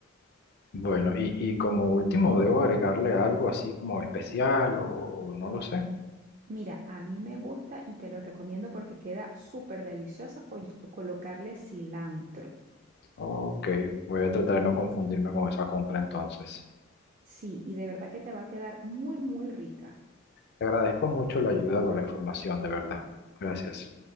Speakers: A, on the left; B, on the right.
A: Bueno, y, y como último, ¿debo agregarle algo así como especial o, o no lo sé?
B: Mira, a mí me gusta y te lo recomiendo porque queda súper deliciosa con colocarle cilantro.
A: Ok, voy a tratar de no confundirme con esa compra entonces.
B: Sí, y de verdad que te va a quedar muy, muy rica.
A: Te agradezco mucho la ayuda por la información, de verdad. Gracias.